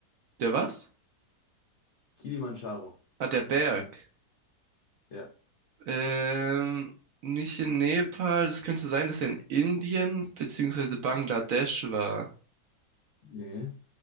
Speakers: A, on the right; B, on the left.
A: Der was?
B: Kilimanjaro.
A: Ah, der Berg.
B: Ja.
A: Ähm, nicht in Nepal. Es könnte sein, dass er in Indien beziehungsweise Bangladesch war.
B: Nee.